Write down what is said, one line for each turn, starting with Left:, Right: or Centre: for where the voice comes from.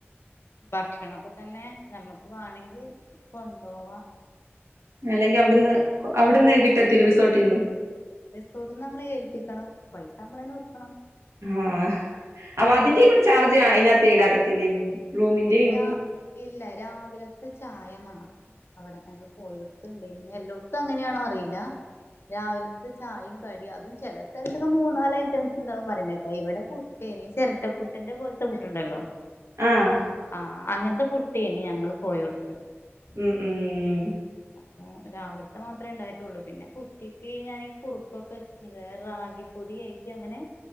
Left: ഭക്ഷണൊക്കെ തന്നെ നമ്മുക്ക് വേണെങ്കിൽ കൊണ്ടോവാം.
Right: അല്ലെങ്കി അവിടുന്ന് അവിടുന്ന് കിട്ടത്തില്ല റിസോർട്ടിന്ന്.
Left: റിസോർട്ടിന്ന് നമ്മളെ ഏൽപ്പിക്കണം പൈസ നമ്മളെന്നെ കൊടുക്കണം.
Right: ആഹ് അപ്പൊ
Left: അല്ലെങ്കി
Right: അതിന്റെയും
Left: നമ്മള്
Right: കൂടെ ചാർജ് അതിനകത്തെ ഈടാക്കത്തില്ലേ റൂമിന്റെയും.
Left: രാ ഇല്ല രാവിലത്തെ ചായ മാത്രം അവിടെ ഞങ്ങൾ പോയെടുത്ത്. എല്ലോടത്തും അങ്ങനെയണോ അറിയില്ല. രാവിലത്തെ ചായയും കടിയും അതും ചില സ്ഥലത്തൊക്കെ മൂന്ന് നാല് ഐറ്റംസ് ഉണ്ടാവും പറയുന്നേക്കാം ഇവിടെ. ഇനി ചിരട്ടപ്പുട്ടിന്റെ പോലത്തെ പുട്ടുണ്ടല്ലോ.
Right: ആഹ്-
Left: ആഹ് അങ്ങനത്തെ പുട്ടേയ്ൻ ഞങ്ങൾ പോയോട്ത്ത്.
Right: ഉം ഉം ഉം.
Left: അപ്പൊ രാവിലത്തെ മാത്രമേ ഉണ്ടായിട്ടുള്ളൂ പിന്നെ കുട്ടിക്ക് ഞാനീ കുറുകൊക്കെ റാഗിപ്പൊടി ആയിട്ട് അങ്ങനെ